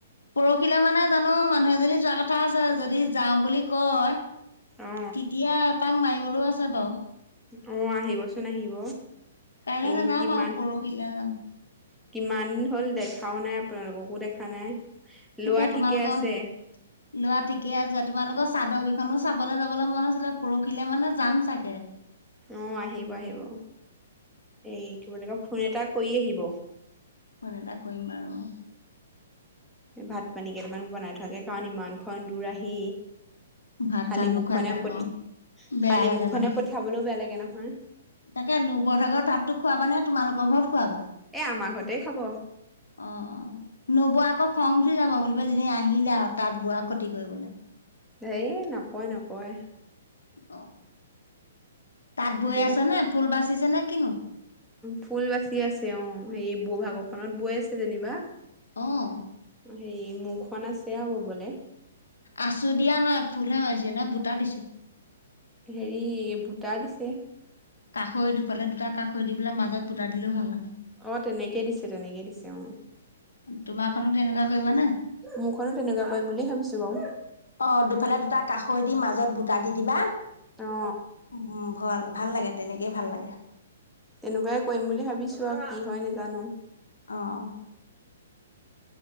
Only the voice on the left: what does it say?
পৰহিলে মানে জানো মানুহ এজনী যোৱা কথা আছে। যদি যাওঁ বুলি কয় তেতিয়া
এপাক মাৰিবলৈও আছে বাৰু।
কাইলৈ
ন নাম
আ পৰহিলে যাম।
তাকে
তোমালোকৰ
লোৱা ঠিকে আছে তোমালোকৰ। চাদৰকেইখনো চাবলৈ যাবলৈ মন আছিলে পৰহিলে মানে যাম চাগে।
ফোন এটা কৰিম বাৰু।
ভাত
চাত নোখোৱাকে
আকৌ
বেয়া
লাগে
নহয়
তাকে নবৰহত ঘৰত ভাতটো খোৱাবা নে তোমালোকৰ ঘৰত খোৱাবা।
অ, অ নবোৱা আকৌ খং। উঠি যাবা বুলিব যেনি আহিলে আৰু তাত বোৱাৰ ক্ষতি কৰিবলৈ।
অ তাত বৈ
আছে নে ফুল বাচিছে নে কিনো।
আহ
আছো দিয়া নাই ফুলহে মাৰিছে নাই বুটা দিছে।
কাষৈ দুফালে দুটা কাষৈ দি পেলাই মাজত বুটা দিলেও ভাল লাগে।
তোমাৰখনো তেনেকুৱা কৰিবা নে।
অ দুফালে দুটা কাষৈ দি মাজ মাজত বুটা দি দিবা
উম ভ ভাল লাগে তেনেকেই ভাল লাগে।
অ